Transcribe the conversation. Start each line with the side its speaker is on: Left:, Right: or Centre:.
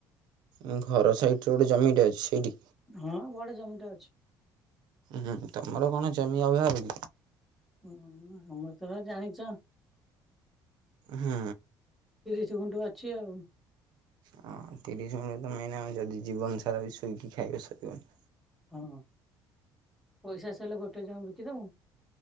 Right: ଅ ଘର ସାଇଟରେ ଗୋଟେ ଜମିଟା ଅଛି ସେଇଟି?
Centre: ହଁ ବଡ <unintelligible>
Right: ହୁଁ ତମର କଣ ଜମି ଅଭାବ? କି
Centre: ହୁଁ ନା। ଆମର ତ ଭା ଜାଣିଚ।
Right: ହୁଁ।
Centre: <unintelligible> ଗୁଣ୍ଠୁ ଅଛି ଆଉ।
Right: ହଁ ତିରିଶି ମିନିଟ ରେ ମେନ ଆମେ ଯଦି ଜୀବନ ସାରା ବି ଶୋଇକି ଖାଇବା ସରିବନି।
Centre: ହଁ ପଇସା ସଇଲେ ଗୋଟେ ଜମି ବିକିଦମୁ।